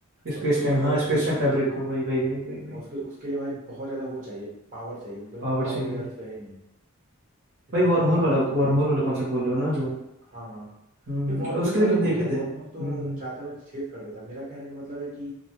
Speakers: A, on the right; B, on the right.
A: Space
B: और तुमको ही
A: time
B: पता
A: हाँ
B: है उसके
A: स्पेस
B: लिए
A: टाइम फैब्रिक
B: हाँ
A: को वही वही वही वही वही
B: और उसके उसके लिए भाई बहुत ज्यादा वो चाहिए पावर चाहिए मतलब इतना
A: पावर
B: पावर
A: चाहिए
B: अभी अर्थ पे है ही नहीं इतना
A: भाई वार्म
B: पावर
A: होल
B: अभी
A: वाला
B: अर्थ पे
A: वार्म
B: है ही
A: होल
B: नहीं
A: वाला कॉन्सेप्ट बोल रहे हो ना जो
B: हाँ हाँ
A: हम्म
B: नहीं वॉर्मूल
A: उसके
B: तो
A: लिए
B: अलग
A: भी
B: हो
A: देखे
B: गया वॉर्मूल
A: थे हम्म
B: तो
A: हम्म,
B: चादर में छेद कर देता है। मेरा कहने का मतलब है कि